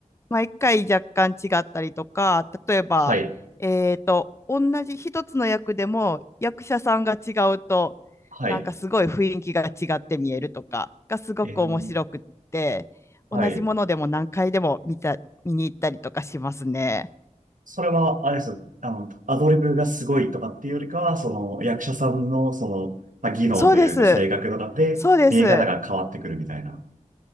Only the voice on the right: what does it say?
はい。
はい。
えー、はい。
それは、あれです。あの、アドリブがすごいとかっていうよりかは、その、役者さんの、その、まあ、技能というか、
性格とかで、
見え方が変わってくるみたいな。